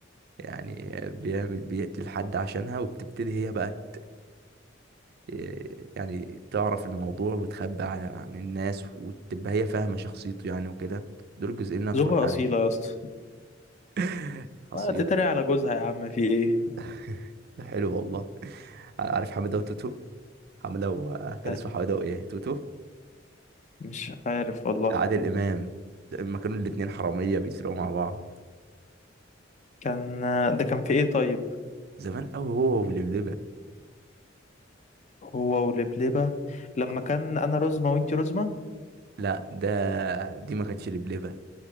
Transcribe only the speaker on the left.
زوجة
أصيلة
يا اسطى
آه، تتريق على جوزها يا عم في ايه
آه،
مش عارف والله
كان ده كان في ايه طيب
هو ولبلبة لما
كان أنا رزمة وانتي رزمة